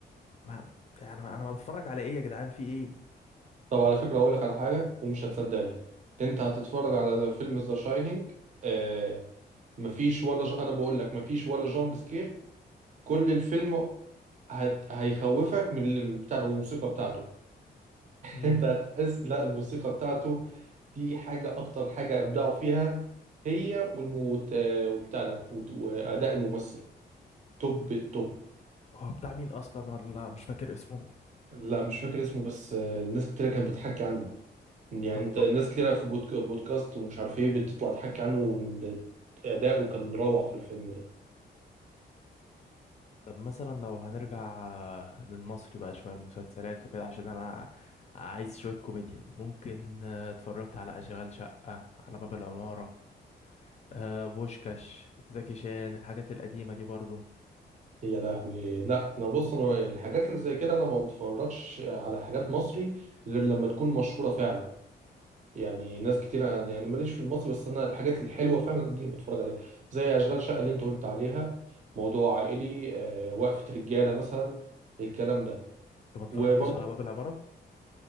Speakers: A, on the left; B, on the right.
A: ما يعني انا بتفرج على ايه يا جدعان في ايه
B: طب على فكرة اقول لك على حاجة ومش هتصدقني انت هتتفرج على فيلم ذا شاينينج آه مفيش ولا ج... انا بقول لك مفيش ولا جامب سكير كل الفيلم هت... هيخوفك من ال- من بتاع الموسيقى بتاعته
A: امم
B: انت هتحس لا الموسيقى بتاعته دي حاجة اكتر حاجة ابدعوا فيها هي والموت آه، وبتاع ده وت- واداء الممثل توب التوب
A: هو بتاع مين اصلا ولا مش فاكر اسمه
B: لا مش فاكر اسمه بس آه، ناس كتير كانت بتحكي عنه يعني
A: طب
B: انت ناس كتير في بودك- بودكاست ومش عارف ايه بتطلع تحكي عنه وإن اداؤه كان روعة في الفيلم ده
A: طب مثلا لو هنرجع آه، للمصري بقى شوية المسلسلات وكده عشان أنا عايز شوية كوميديا ممكن آه، اتفرجت على أشغال شقة على باب العمارة آه، بوشكاش زكي شان الحاجات القديمة دي برضو
B: يا لهوي لا انا بص انا الحاجات اللي زي كده انا ما بتفرجش على حاجات مصري غير لما تكون مشهورة فعلا يعني ناس كتير يعني أنا يعني ماليش في المصري بس انا الحاجات الحلوه فعلا دي اللي بتفرج عليها زي اشغال شقه اللي انت قلت عليها موضوع عائلي آه، وقفه رجاله مثلا الكلام ده
A: أنت ما اتفرجتش
B: وبرضه
A: على باب العمارة؟